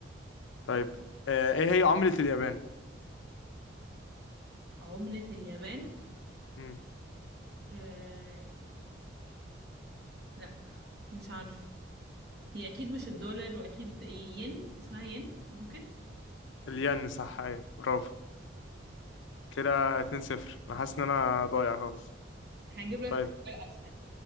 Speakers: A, on the left; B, on the right.
A: طيب آه، إيه هي عملة اليابان؟
B: عملة اليابان
A: مم.
B: آه لا مش عارفة هي اكيد مش الدولار واكيد ين اسمها ين ممكن
A: الين صح أيوة برافو كده 2-0 انا حاسس ان انا ضايع خالص
B: هجيب لك
A: طيب
B: سؤال اسهل